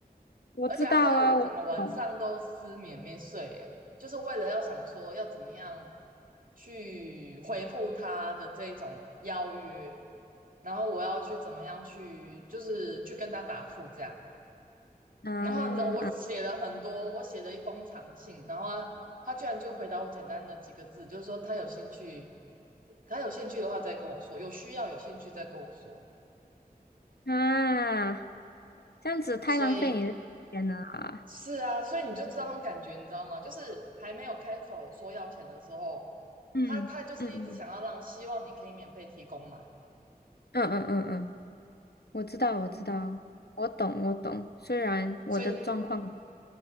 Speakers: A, on the left; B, on the right.
A: 我知道啊，
B: 而且害我整个晚上都失眠没睡，
A: 我懂
B: 耶，就是为了要想说要怎么样去回复他的这一种邀约，然后我要去怎么样去，就是去跟他答复这样。
A: 啊啊
B: 然后你知道我写了很多，我写了一封长信，然后他他居然就回答我简单的几个字，就是说他有兴趣，他有兴趣的话再跟我说，有需要有兴趣再跟我说。
A: 啊，这样子太浪费你的时间了啊，
B: 所以是啊，所以你就知道那种感觉，你知道吗？就是还没有开口说要钱的时候，
A: 嗯嗯
B: 他他就是一直想要让，希望你可以免费提供嘛。
A: 嗯嗯嗯嗯。我知道，我知道，
B: 嗯，
A: 我懂，我懂。虽然我的状况
B: 所以你